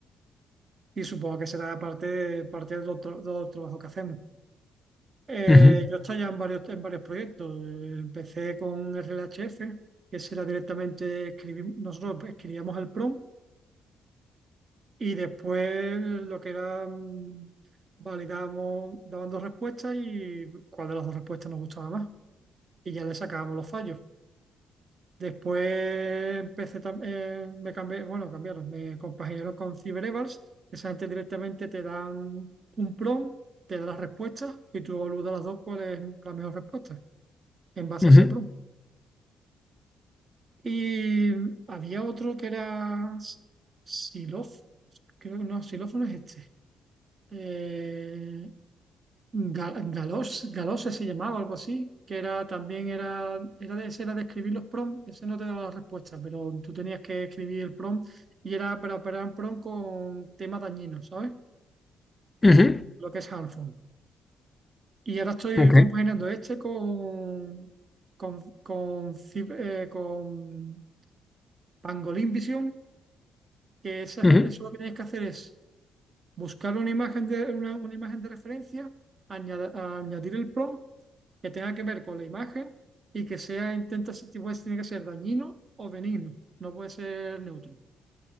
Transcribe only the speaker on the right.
Y supongo que será parte, parte del otro, del trabajo que hacemos. Eh,
yo estoy ya en varios, en varios proyectos. Eh, Empecé con RLHF, que será directamente escribir, nosotros escribíamos el prompt Y después lo que era, mm, validamos, daban dos respuestas y cuál de las dos respuestas nos gustaba más. Y ya le sacábamos los fallos. Después empecé también, me cambié, bueno, cambiaron, me compaginaron con CyberEvals. Esa gente directamente te dan un prompt, te da las respuestas y tú evalúas las dos cuál es la mejor respuesta en base
a ese prompt. Y había otro que era Silof, creo que no, Silófono es este. Eh, Ga- Galos, Galose se llamaba, algo así, que era también era, era de, ese era de escribir los prompts, ese no te daba la respuesta, pero tú tenías que escribir el prompt y era para operar un prompt con temas dañinos, ¿sabes?
Lo que es harmful. Y ahora estoy
compaginando este con con con, Cib- eh, con Pangolin Vision, que esa
es- eso lo que tienes que hacer es buscar una imagen de una, una imagen de referencia, añada- añadir el prompt que tenga que ver con la imagen y que sea, intenta, pues, tiene que ser dañino o benigno, no puede ser neutro.